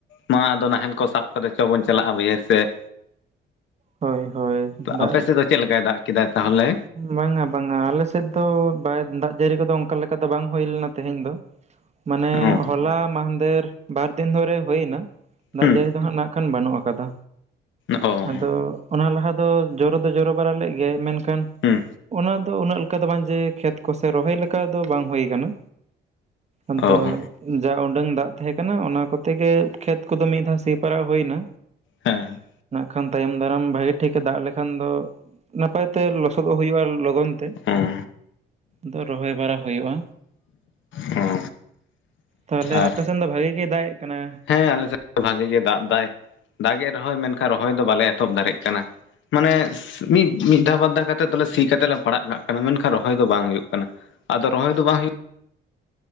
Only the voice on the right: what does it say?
ᱦᱳᱭ ᱦᱳᱭ ᱫᱟᱜ
ᱵᱟᱝᱟ ᱵᱟᱝᱟ ᱟᱞᱮᱥᱮᱫ ᱫᱚ ᱵᱟᱭ ᱫᱟᱜ ᱡᱟᱹᱲᱤ ᱠᱚᱫᱚ ᱚᱱᱠᱟ ᱞᱮᱠᱟ ᱫᱚ ᱵᱟᱝ ᱦᱩᱭ ᱞᱮᱱᱟ ᱛᱮᱦᱮᱧ ᱫᱚ ᱢᱟᱱᱮ
ᱦᱚᱞᱟ ᱢᱟᱦᱫᱷᱮᱨ ᱵᱟᱨ ᱫᱤᱱ ᱫᱷᱚᱨᱮ ᱦᱩᱭᱮᱱᱟ᱾ ᱫᱟᱜᱽ
ᱡᱟᱹᱲᱤ ᱫᱚ ᱦᱟᱸᱜ ᱱᱟᱜ ᱠᱷᱟᱱ ᱵᱟᱹᱱᱩᱜ ᱟᱠᱟᱫᱟ᱾
ᱟᱫᱚ ᱚᱱᱟ ᱞᱟᱦᱟ ᱫᱚ ᱡᱚᱨᱚ ᱫᱚ ᱡᱚᱨᱚ ᱵᱟᱲᱟ ᱞᱮᱫ ᱜᱮᱭᱟᱭ ᱢᱮᱱᱠᱷᱟᱱ
ᱚᱱᱟ ᱫᱚ ᱩᱱᱟᱹᱜ ᱫᱚ ᱵᱟᱝ ᱡᱮ ᱠᱷᱮᱛ ᱠᱚᱥᱮ ᱨᱚᱦᱚᱭ ᱞᱮᱠᱟ ᱫᱚ ᱵᱟᱝ ᱦᱩᱭ ᱟᱠᱟᱱᱟ ᱟᱫᱚ
ᱡᱟ ᱩᱰᱟᱹᱝ ᱫᱟᱜ ᱛᱟᱦᱮᱸ ᱠᱟᱱᱟ ᱚᱱᱟ ᱠᱚᱛᱮ ᱜᱮ ᱠᱷᱮᱛ ᱠᱚᱫᱚ ᱢᱤᱫ ᱫᱷᱟᱣ ᱥᱤ ᱯᱟᱨᱟᱜ ᱦᱩᱭᱱᱟ
ᱠᱷᱟᱱ ᱛᱟᱭᱚᱢ ᱫᱟᱨᱟᱢ ᱵᱷᱟᱜᱤ ᱴᱷᱤᱠᱮ ᱫᱟᱜ ᱞᱮᱠᱷᱟᱱ ᱫᱚ ᱱᱟᱯᱟᱭ ᱛᱮ ᱞᱚᱥᱚᱫᱚᱜ ᱦᱩᱭᱩᱜᱼᱟ ᱞᱚᱜᱚᱱ ᱛᱮ
ᱫᱚ ᱨᱚᱦᱚᱭ ᱵᱟᱲᱟ ᱦᱩᱭᱩᱜᱼᱟ᱾
ᱛᱟᱦᱞᱮ
ᱟᱯᱮ ᱥᱮᱱ ᱫᱚ ᱵᱷᱟᱜᱤ ᱜᱮᱭ ᱫᱟᱜᱮᱜ ᱠᱟᱱᱟ᱾